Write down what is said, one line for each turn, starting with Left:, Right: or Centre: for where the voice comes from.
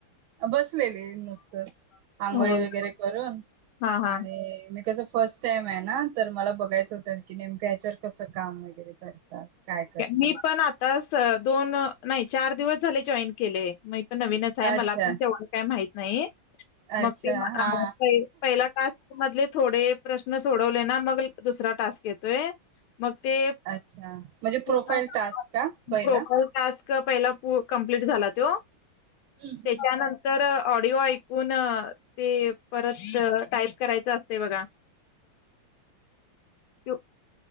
Right: बसलेली नुसतच आंघोळी
Left: होय.
Right: वगैरे करून
Left: हा, हा.
Right: आणि मी कसं. फर्स्ट टाइम आहे ना तर मला बघायचं होतं की नेमकं याच्यावर कसं काम वगैरे. करतात काय करतात
Left: मी पण आताच दोन नाही चार दिवस झाले जॉईन केलंय. नवीनच आहे
Right: अच्छा
Left: मला पण तेवढं काय माहिती पण नाही
Right: अच्छा
Left: मग ते
Right: हा
Left: पहिला टास्क मध्ये थोडे प्रश्न सोडवले ना मग दुसरा टास्क येतोय मग ते
Right: अच्छा म्हणजे
Left: पूर्ण
Right: प्रोफाईल टास्क का पहिला
Left: प्रोफाईल टास्क पहिला कंप्लीट झाला तो
Right: हम्म
Left: त्याच्यानंतर
Right: हम्म हम्म
Left: ऑडिओ ऐकून ते परत टाईप करायचं असते बघा तो